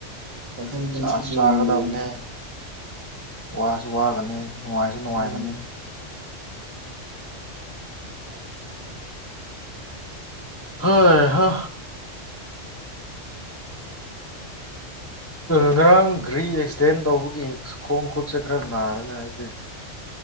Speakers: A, on the right; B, on the left.
A: ꯄꯥꯈꯪ ꯄꯨꯟꯁꯤꯁꯦ
B: ꯆꯥꯁꯨ ꯆꯒꯗꯕꯅꯦ
A: ꯂꯨꯔꯦꯅꯦ
B: ꯋꯥꯁꯨ ꯋꯥꯒꯅꯤ ꯅꯨꯡꯉꯥꯏꯁꯨ ꯅꯨꯡꯉꯥꯏꯒꯅꯤ
A: ꯎꯝ
B: ꯍꯣꯏ ꯍ ꯉꯔꯥꯡ ꯘ꯭ꯔꯤ ꯑꯦꯛꯁꯤꯗꯦꯟ ꯇꯧꯕꯒꯤ ꯈꯣꯡ ꯈꯨꯠꯁꯦ ꯈꯔ ꯅꯥꯔꯅꯤ ꯑꯩꯗꯤ